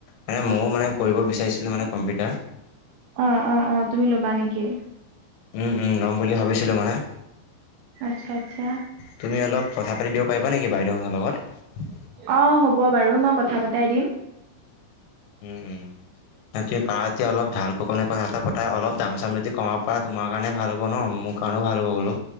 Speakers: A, on the left; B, on the right.
A: মানে ময়ো মানে কৰিব বিচাৰিছিলো মানে কম্পিউটাৰ।
B: অহ', অহ', অহ' তুমি ল'বা নেকি?
A: উম', উম' ল'ম বুলি ভাবিছিলো মানে।
B: আচ্ছা আচ্ছা
A: তুমি অলপ কথা পাতি দিব পাৰিবা নেকি বাইদেউহঁতৰ লগত।
B: অহ' হ'ব বাৰু, মই কথা পতাই দিম।
A: উম', উম' নাই তুমি পাৰ এতিয়া অলপ ঢাল ককনে কা তাই অলপ দাম চাম যদি কমাব পৰা তোমাৰ কাৰণে ভাল হ'ব ন, মোৰ কাৰণেও ভাল হ'ব বোলো।